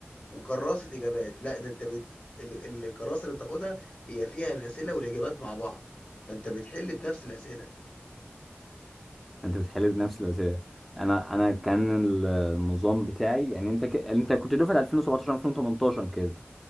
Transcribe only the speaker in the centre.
انت بتحل بنفس الأسئلة انا انا كان ال- النظام بتاعي يعني انت ك... انت كنت دفعة 2017 2018 كده